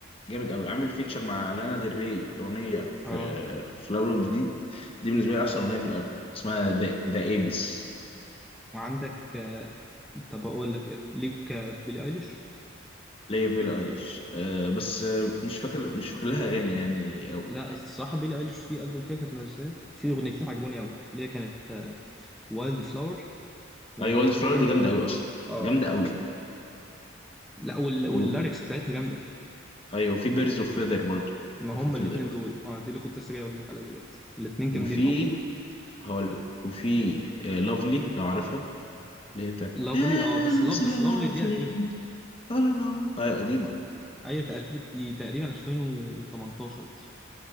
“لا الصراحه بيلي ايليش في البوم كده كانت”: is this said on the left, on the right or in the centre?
Centre